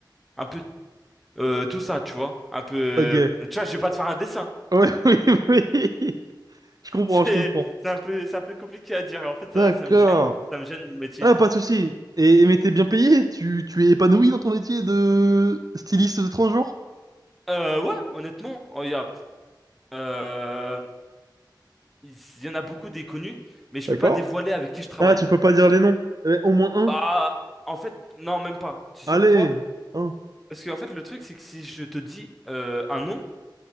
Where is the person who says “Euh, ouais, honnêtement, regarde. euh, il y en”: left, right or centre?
Centre